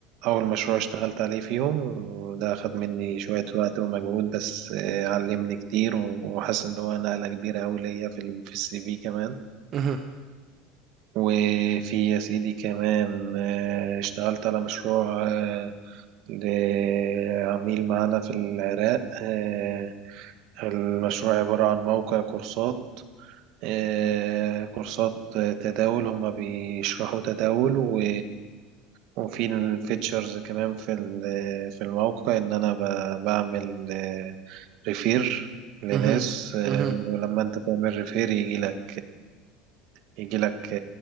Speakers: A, on the right; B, on the right.
A: أول مشروع اشتغلت عليه فيهم وده أخد مني شوية وقت ومجهود بس آه، علمني كتير وحاسس إن هو نقلة كبيرة أوي ليا في ال- في السي في كمان
B: مهم.
A: وفي يا سيدي كمان آه، اشتغلت على مشروع آه، لعميل معانا في العراق آه، المشروع عبارة عن موقع كورسات آه، كورسات آه، تداول هما بيشرحوا تداول و... وفي الفيتشرز كمان في ال- في الموقع ان انا ب... بعمل ريفير لناس
B: مهم.
A: آه،
B: مهم.
A: ولما انت تعمل ريفير يجي لك يجي لك